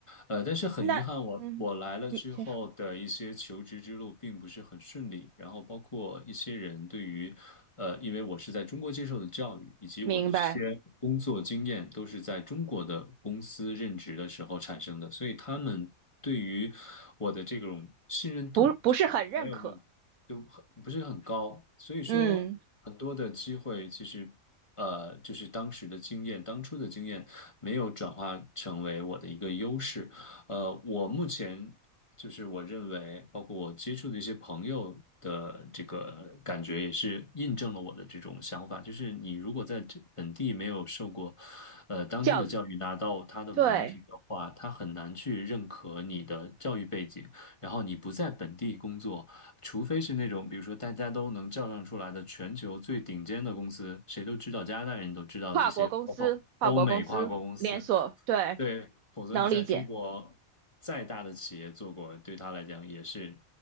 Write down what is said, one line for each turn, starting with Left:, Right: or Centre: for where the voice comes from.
Left: 呃，但是很遗憾我，
Right: 那嗯，
Left: 我来了之后的一些求职之路并不是很顺利，
Right: 你先说，
Left: 然后包括一些人对于，呃，因为我是在中国接受的教育，以及我的这些工作经验都是在中国的公司任职的时候产生的，
Right: 明白，
Left: 所以他们对于我的这种信任度就没有那么就很不是很高，
Right: 不不是很认可。
Left: 所以说很多的机会其实。
Right: 嗯，
Left: 呃，就是当时的经验，当初的经验没有转化成为我的一个优势，呃，我目前就是我认为，包括我接触的一些朋友的这个感觉，也是印证了我的这种想法。就是你如果在这本地没有受过，呃，当地的教育，
Right: 教育，
Left: 拿到他的文凭的话，
Right: 对，
Left: 他很难去认可你的教育背景。然后你不在本地工作，除非是那种比如说大家都能叫上出来的全球最顶尖的公司，谁都知道，加拿大人都知道这些，
Right: 跨国公司，
Left: 包括欧美跨国公司。
Right: 跨国公司连锁，对，
Left: 对，否则你在中国再大的企业做过，
Right: 能理解。
Left: 对他来讲也是